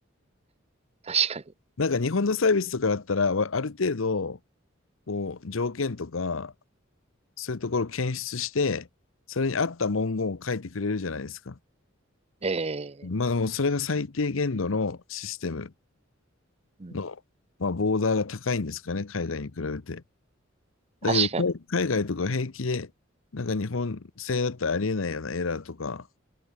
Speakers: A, on the right; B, on the left.
A: 確かに。
B: う。なんか日本のサービスとかだったら、わある程度、こう、条件とか、そういうところを検出して、それに合った文言を書いてくれるじゃないですか。
A: ええ
B: まあ、でもそれが最低限度のシステム
A: うん。
B: の、まあ、ボーダーが高いんですかね、海外に比べて。
A: 確かに。
B: だけど、海海外とか平気で、なんか日本製だったらありえないようなエラーとか、